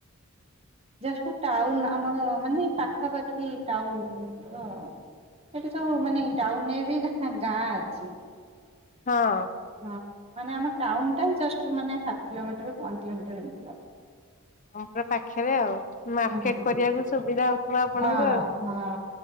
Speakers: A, on the right (about 25°); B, on the left (about 35°).
A: <inaudible> ଯାଜପୁର ଟାଉନ ଆମର ମାନେ ପାଖାପାଖି ଟାଉନ ର ଆଉ। ସେଇଠି ସବୁ ମାନେ ଟାଉନରେ ବି ଘା ଗାଁ ଅଛି।
B: ହଁ।
A: ହଁ, ମାନେ ଆମ ଟାଉନ ଟା ଜଷ୍ଟ ମାନେ ହାଫ୍ କିଲୋମିଟର ୱାନ୍ କିଲୋମିଟର ଏମିତି ହବ।
B: ପମ୍ପ ପାଖରେ ଆଉ ମାର୍କେଟ
A: ହୁଁ
B: କରିବାକୁ ସୁବିଧା ହଉଥିବ ଆପଣଙ୍କୁ
A: ହଁ
B: ଆଉ।
A: ହଁ